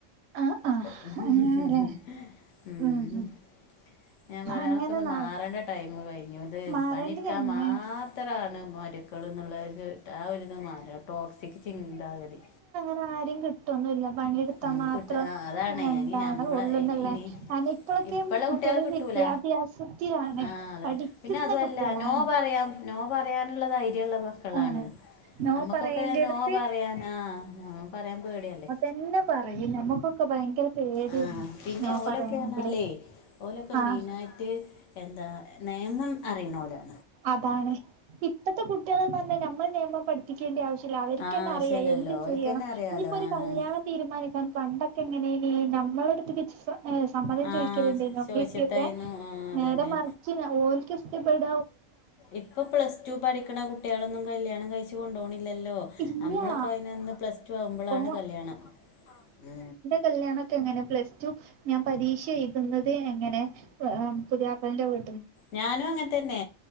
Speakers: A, on the right; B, on the left.
A: ആഹ് ആഹ്
B: ഉം
A: അങ്ങനെല്ലേ ഉം ഉം
B: ഞാൻ പറയാ
A: അങ്ങനെ
B: അതൊക്കൊന്ന്
A: നാളെ
B: മാറേണ്ട ടൈം കഴിഞ്ഞു. ഇത്
A: മാറേണ്ടി
B: പണിടുക്കാൻ
A: കഴിഞ്ഞ്
B: മാത്ര അത്രാണ് മരുക്കൾ എന്നുള്ള ആ ഒരുത് മ ടോക്സിക് ചിന്താഗതി.
A: <unintelligible> കിട്ടന്നല്ല പണിയെടുത്താൽ
B: ഉം
A: മാത്രം
B: കിട്ട ആ അതാണ്
A: എന്താണ്
B: ഇനി നമ്മളെ
A: ഉള്ളുന്നുള്ളേ
B: ഇനി
A: ക ഇപ്പോഴക്കെ
B: ഇപ്പള്ള
A: കുട്ടികൾ
B: കുട്ടികളെ കിട്ടൂല
A: വിദ്യാഭ്യാസത്തിലാണ്.
B: ആ അതെ
A: പഠിക്കുന്ന
B: പിന്നെ അതുമല്ല
A: കുട്ടികളാണ്.
B: നോ പറയാം നോ പറയാനുള്ളധൈര്യ ഉള്ളതാ മക്കളാണ്
A: ആഹ് നോ
B: നമ്മുക്കൊക്കെ
A: പറയേണ്ടടുത്ത്
B: നോ പറയാൻ ആ പറയാൻ പേടിയല്ലേ?
A: എല്ലാ പറയും നമ്മക്കൊക്കെ ഭയങ്കര പേടിയ
B: ആ പിന്നെ
A: നോ
B: ഓലൊക്കെ
A: പറയണെങ്കില്
B: പറഞ്ഞാലേ ഓലൊക്കെ
A: ആഹ്
B: മെയിന ആയിട്ട് എന്താ നിയമം അറിയണോലാ.
A: അതാണ് ഇപ്പത്തെ കുട്ടികൾന്ന് പറഞ്ഞ നമ്മളെ നിയമപടി എക്കേണ്ടി ആവശ്യമില്ല. അവർക്ക്ന്ന
B: ആവശ്യല്ലല്ലോ
A: അറിയാം എന്ത്
B: ഓൽക്കന്നെ
A: ചെയ്യണം
B: അറിയാലോ
A: ഇനിയിപ്പോ
B: ആ
A: ഒരു
B: അതാണ്
A: കല്യാണം തീരുമാനിക്കാൻ പണ്ടൊക്കെ എങ്ങനെനി നമ്മള അടുത്ത സമ്മതം
B: ആ
A: ചോദിക്കലുണ്ട്. മ്മിപ്പൊക്കെ
B: ചോദിച്ചിട്ടായിരുന്നു ആ അതന്നെ
A: നേരെ മറിച്ച് ഓൽക് ഇഷ്ടപ്പെട
B: ഇപ്പൊ പ്ലസ് ടു പഠിക്കണ കുട്ടികളൊന്നും കല്യാണം കഴിച്ച് കൊണ്ടോണില്ലല്ലോ?
A: ഇല്ല
B: നമ്മളൊക്കെ അതിനന്ന് പ്ലസ് ടു ആവുമ്പോഴാണ്
A: ഓ
B: കല്യാണം. ഉ
A: കല്യാണക്കെ എങ്ങനെ പ്ലസ് ടു ഞാൻ പരീക്ഷ എഴുതുന്നത് എങ്ങനെ പുതിയാപ്പലന്റെ വീ
B: ഞാനും അങ്ങനെ തന്നെ